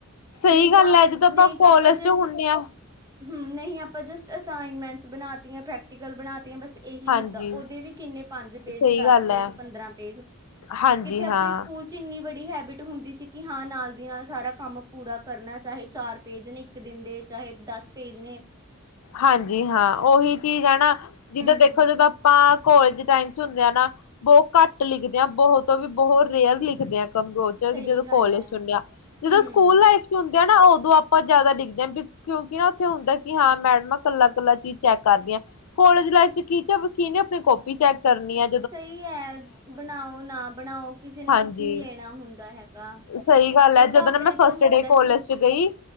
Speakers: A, on the left; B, on the right.
A: ਸਹੀ
B: ਨਹੀਂ
A: ਗੱਲ
B: ਤਾਂ
A: ਹੈ ਜਦੋਂ
B: ਨਈਂ
A: ਕੋਲਜ
B: ਤਾਂ ਆਪਾਂ ਜਸਟ
A: ਚ ਹੁੰਦੇ
B: ਹਂ,
A: ਹਾਂ
B: ਨਹੀਂ ਆਪਾਂ ਜਸਟ ਅਸਾਈਨਮੈਂਟਸ ਬਣਾ ਤੀਆਂ, ਪ੍ਰੈਕਟੀਕਲ ਬਣਾਤੀਆਂ ਬਸ ਏਹੀ
A: ਹਾਂਜੀ
B: ਹੁੰਦਾ, ਓਦੇ ਵੀ ਕਿੰਨੇ ਪੰਜ ਪੇਜ,
A: ਸਹੀ
B: ਦਸ
A: ਗੱਲ
B: ਪੇਜ,
A: ਹੈ
B: ਪੰਦਰਾਂ ਪੇਜ
A: ਹਾਂਜੀ
B: ਕਿੱਥੇ ਆਪਣੀ
A: ਹਾਂ
B: ਸਕੂਲ ਚਿੰਨੀ ਵੜੀ ਹੈਬਿਟ ਹੁੰਦੀ ਸੀ ਕਿ ਹਾਂ ਨਾਲ ਦੀ ਨਾਲ ਸਾਰਾ ਕੰਮ ਪੂਰਾ ਕਰਨਾ ਚਾਹੇ ਚਾਰ ਪੇਜ ਨੇਂ ਇੱਕ ਦਿਨ ਦੇ ਚਾਹੇ ਦੱਸ ਪੇਜ ਨੇ
A: ਹਾਂਜੀ ਹਾਂ, ਓਹੀ ਚੀਜ਼ ਐ ਨਾਂ। ਜਿੱਦਾਂ
B: ਹੂੰ।
A: ਦੇਖੋ, ਜਦੋਂ ਆਪਾਂ ਕੋਲੇਜ ਟਾਈਮ ਚ ਹੁੰਦੇ ਆ ਨਾਂ ਬੋਤ ਘੱਟ ਲਿਖਦੇ ਆਂ। ਬਹੁਤ ਵੀ ਬਹੁਤ ਰੇਅਰ ਲਿਖਦੇ ਆਂ ਸੰਗ ਬਹੁਤ
B: ਸਹੀ
A: ਚੜਦੀ ਜਦੋਂ
B: ਗੱਲ
A: ਕੋਲੇਜ
B: ਹੈ।
A: ਚੁਣਣੇ ਆਂ, ਜਦੋਂ
B: ਹੂੰ,
A: ਸਕੂਲ ਲਾਈਫ ਚੁਣਦੇ ਆ ਨਾ ਉਦੋਂ ਆਪਾਂ ਜਿਆਦਾ ਦਿਖਦੇ, ਕਿਉਂਕਿ ਨਾ ਉੱਥੇ ਹੁੰਦਾ ਕਿ ਹਾਂ ਮੈਡਮ ਮੈਂ ਕੱਲਾ ਕੱਲਾ ਚੀਜ਼ ਚੈੱਕ ਕਰਦੀ ਹਾਂ, ਕੋਲੇਜ ਲਾਈਫ 'ਚ ਟੀਚਰ ਕੀਹਨੇ ਆਪਣੀ ਕਾਪੀ ਚੈੱਕ ਕਰਨੀ ਹੈ
B: ਸਈ ਹੈ ਬਣਾਓ ਨਾ ਬਣਾਓ ਕਿਸੇ ਨੇ
A: ਹਾਂਜੀ
B: ਕੁਛ ਨੀ ਲੈਣਾ ਹੁੰਦਾ ਹੈਗਾ
A: ਸਹੀ ਗੱਲ ਹੈ
B: ਉਹ
A: ਜਦੋਂ
B: ਤਾਂ ਆਪਣੇ
A: ਨਾ ਮੈਂ ਫਸਟ
B: ਤੇ ਹੁੰਦਾ
A: ਡੇ ਕੋਲੇਜ
B: ਕਿ
A: 'ਚ ਗਈ